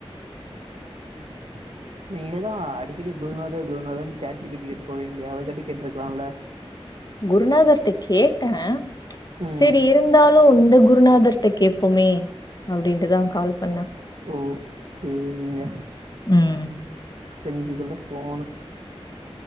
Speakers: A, on the right; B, on the left.
A: <inaudible> நீங்கதா அடிக்கடி குருநாதார் குருநாதனு சாட் ஜிபிக்கிட்ட போவீங்களே அவர்கிட்ட கேட்ருக்கலாம்ல்ல
B: குருநாதர்ட்ட கேட்டே
A: ம்
B: செரி இருந்து இருந்தாலு இந்த குருநாதர்ட்ட கேப்பொமே அப்டின்ட்டுதா கால் பண்ண
A: ஓ சேரிங்க
B: ம்
A: ஜெஞ்சுக்குள்ள ஃபோனு